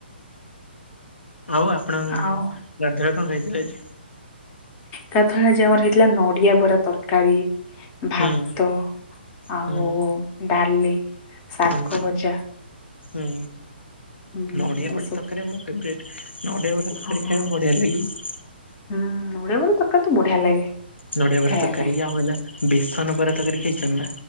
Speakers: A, on the left; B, on the left.
A: ଆଉ ଆପଣ ଗାଧୋଇବାକୁ
B: ଆଉ
A: ଯାଇଥିଲେ ଆଜି।
B: ତାପରେ ଆଜି ଆମର ହେଇଥିଲା ନଡିଆ ବରା ତରକାରୀ। ତରକାରୀ, ଭାତ
A: ହୁଁ
B: ଆଉ
A: ହୁଁ
B: ଡାଲି, ଶାଗ
A: ହୁଁ
B: ଭଜା।
A: ହୁଁ
B: ହୁଁ
A: ନଡ଼ିଆ ବରା
B: ଏସବୁ
A: ତରକାର ମୁଁ କେବେ ନଡ଼ିଆ ବରା ତରକାରୀ
B: ହଁ ହଁ
A: ଖାଇବାକୁ ବଢ଼ିଆ ଲାଗିବ।
B: ହୁଁ ନଡ଼ିଆ ବରା ତରକାରୀ ତ ବଢ଼ିଆ ଲାଗେ।
A: ନଡ଼ିଆ ବରା
B: ଖାଇବା
A: ତରକାରୀ
B: ପାଇଁ।
A: ଆଉ ହେଲା। ବେସନ ବରା ତରକାରୀ ଖାଇଛନ୍ତି ନା,